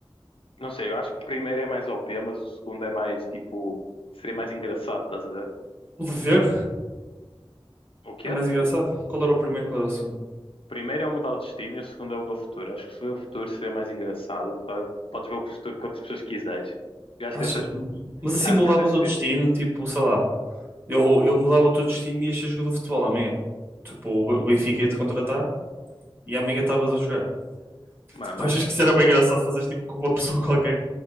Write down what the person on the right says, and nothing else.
O dever
é mais engraçado. Qual era o primeiro, qual era o segundo?
Achas?
Mas assim
mudavas
o destino, tipo, sei lá. Eu, eu mudava todos os times e ia ser jogador de futebol amanhã. Tipo, o o Benfica ia-te contratar e amanhã estavas a jogar.
Tipo,
tu achas que isso era bem engraçado fazer tipo com uma pessoa <laughs> qualquer?